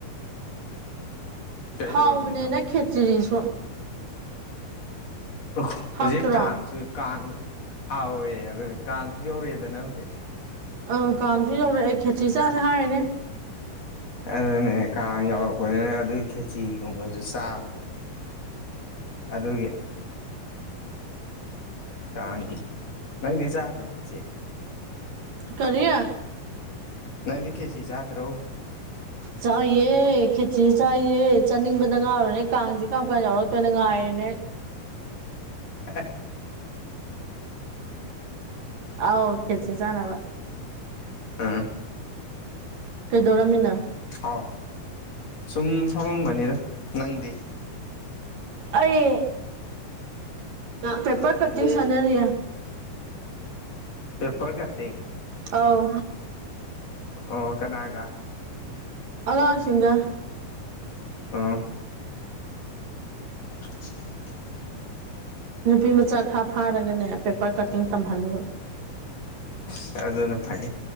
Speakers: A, on the left (about 45°); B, on the right (about 60°).
A: ꯀꯩꯗꯧꯔꯝꯃꯤꯅꯣ
B: ꯍꯥꯎꯕꯅꯦꯅ ꯈꯦꯆꯔꯤꯁꯨ
A: ꯑꯣ
B: ꯍꯥꯎꯇ꯭ꯔꯣ
A: ꯍꯧꯖꯤꯛ ꯀꯥꯡꯁꯨ ꯀꯥꯡꯁꯨ ꯍꯥꯎꯋꯦ ꯑꯗꯨꯅꯤ ꯀꯥꯡꯁꯨ ꯌꯧꯔꯛꯑꯦꯗꯅ ꯍꯧꯖꯤꯛ
B: ꯑꯪ ꯀꯥꯡꯁꯨ ꯌꯧꯔꯛꯑꯦ ꯈꯦꯇ꯭ꯔꯤꯆꯥꯥꯁꯦ ꯍꯥꯏꯔꯦꯅꯦ
A: ꯑꯗꯨꯅꯦ ꯀꯥꯡ ꯌꯧꯔꯛꯄꯅꯤꯅ ꯑꯗꯨꯒꯤ ꯈꯦꯆꯤꯒꯨꯝꯕꯁꯨ ꯆꯥꯕ ꯑꯗꯨꯒꯤ ꯀꯥꯡꯒꯤ ꯅꯪꯗꯤ ꯆꯥꯗ꯭ꯔꯣ ꯈꯦꯆꯤ
B: ꯀꯔꯤ
A: ꯅꯪꯗꯤ ꯈꯦꯆꯤ ꯆꯥꯗ꯭ꯔꯣ
B: ꯆꯥꯏꯑꯦ ꯈꯦꯆꯤ ꯆꯥꯏꯌꯦ ꯆꯥꯅꯤꯡꯕꯗ ꯉꯥꯎꯔꯅꯦ ꯀꯥꯡꯁꯦ ꯀꯔꯝ ꯀꯥꯟ ꯌꯥꯎꯔꯛꯇꯣꯏꯅꯣ ꯉꯥꯏꯔꯦꯅꯦ ꯑꯩ
A: ꯑ
B: ꯑꯥꯎ ꯈꯦꯠꯁꯤ ꯆꯥꯟꯅꯕ
A: ꯑꯥ
B: ꯀꯩꯗꯧꯔꯃꯤꯅ
A: ꯍꯥꯎ ꯁꯨꯝ ꯐꯝꯃꯝꯕꯅꯤꯗ ꯅꯪꯗꯤ
B: ꯑꯩ ꯄꯦꯄꯔ ꯀꯇ ꯁꯅꯔꯤꯌꯥ
A: ꯄꯦꯄꯔ ꯀꯠꯇꯤꯡ
B: ꯑꯧ
A: ꯑꯣ ꯀꯅꯥꯒ
B: ꯑꯋꯥꯥꯡꯁꯤꯡꯒ
A: ꯑꯥ <unintelligible>
B: ꯅꯨꯄꯤ ꯃꯆꯥ ꯈꯔ ꯐꯥꯔꯒꯅꯦ ꯄꯦꯄꯔ ꯀꯇꯤꯡ ꯇꯝꯍꯜꯂꯤꯂꯨ
A: ꯇ ꯑꯗꯨꯅ ꯐꯥꯏ